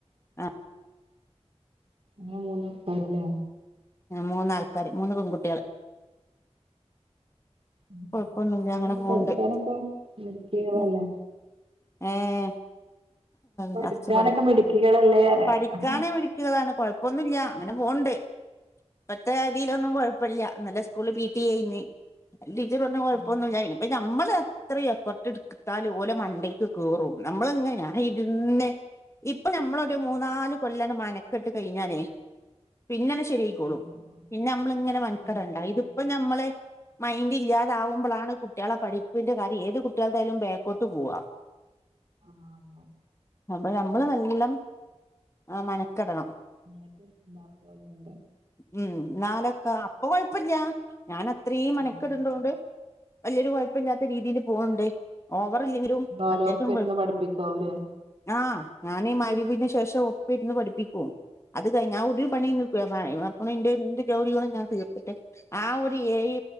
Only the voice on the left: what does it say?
ആ
മൂന്നാൾക്കാര് മൂന്ന് പെൺകുട്ടികള്
കൊഴപ്പൊന്നില്ല
അങ്ങനെ പോണ്ട്
പിന്ന
ഏഹ്
നിറച്ചു പണി
പഠിക്കാനെവി
നിക്ക് വേണ കൊഴപ്പോന്നുമില്ല അങ്ങനെ പോണുണ്ട് ഇപ്പത്തെതിലൊന്നും കൊഴ കുഴപ്പില്ല ഇന്നല സ്കൂളില് പി ടി എ യായിന്ന് അല്ല് ടീച്ചറ് പറഞ്ഞ് കുഴപ്പൊന്നുമില്ല
ഇനിപ്പ നമ്മള് ഇത്രേം എഫർട്ട് എടുക്കുത്താലും ഓല മണ്ടേക്ക് കേറു നമ്മള് ഇങ്ങന ഞാനിരിന്നു ഇപ്പൊ ഞമ്മളൊരു മൂന്നാല് കൊല്ലാം മനക്കെട്ട് കഴിഞ്ഞാലേ പിന്നനെ ശെരിയിക്കോളും
പിന്നെ നമ്മളിങ്ങനെ മൻക്കടണ്ടാ
ഇതിപ്പോ ഞമ്മളെ മൈൻഡില്ലാതാവുമ്പളാണ് കുട്ടിയാള പഠപ്പിന്റെ കാര്യം ഏത് കുട്ടികൾടായാലും ബേക്കോട്ട് പോവ
അപ്പഴ് നമ്മള് നല്ലം ആഹ് മനക്കെടണം
ഉം നാലക്ക ഓ കൊഴപ്പല്ല ഞാൻ അത്രേയും മെനക്കെടുന്തോണ്ട്
വലിയൊരു കൊഴ പ്പില്ലാത്ത രീതിൽ പോണുണ്ട് ഓവറില്ലെങ്കിലും
അത്യാവശ്യം
കൊ
ണാ ഞാനീ മരിപ്പിനു ശേഷോ ഒപ്പിരുന്ന് പഠിപ്പിക്കും അത് കഴിഞ്ഞാ ഒരു പണിയും നിക്കുല്ല പറയു ഒണയിന്റെ ൻ്റെ ജോലി കൂടെ ഞാൻ തീർത്തിട്ട് ആ ഒരു ഏഴ്